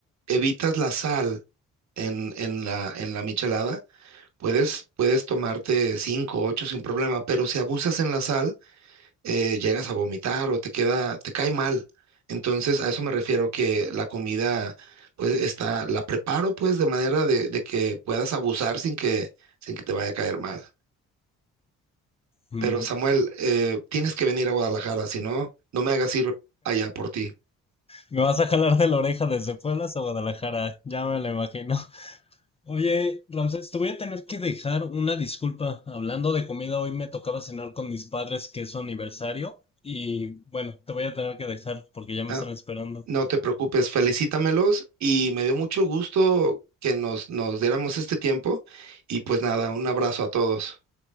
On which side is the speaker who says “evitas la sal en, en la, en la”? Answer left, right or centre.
Right